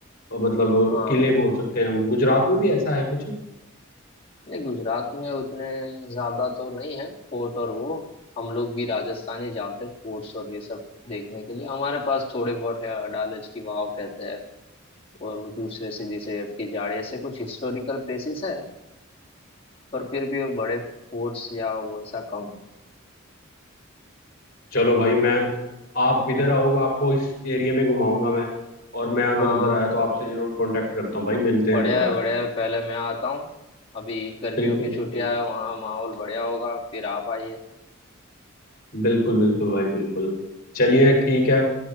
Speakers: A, on the left; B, on the left.
A: मतलब
B: हाँ
A: किले बोल सकते हैं हम गुजरात में भी ऐसा है कुछ
B: नहीं गुजरात में उतने ज्यादा तो नहीं है फोर्ट और वो हम लोग भी राजस्थान ही जाते हैं फोर्ट्स और ये सब देखने के लिए हमारे पास थोड़े बहुत है अडालज की वाव कहते हैं और वो दूसरे से जैसे आपकी जाड़ी ऐसे कुछ हिस्टोरिकल प्लेसेस है पर फिर भी वो बड़े फोर्ट्स या वो ऐसा कम है
A: चलो भाई मैं आप इधर आओगे आपको इस एरिया में घुमाऊंगा मैं और मैं अगर
B: हाँ
A: उधर आया तो आपसे जरूर कांटेक्ट करता हूँ भाई मिलते
B: बढ़िया
A: हैं दोबारा
B: है बढ़िया
A: फिर
B: है पहले मैं आता हूँ अभी गर्मियों
A: बिल्कुल
B: की
A: बिल्कुल
B: छुट्टियां है वहाँ माहौल बढ़िया होगा फिर आप आइए
A: बिल्कुल बिल्कुल भाई बिल्कुल चलिए ठीक है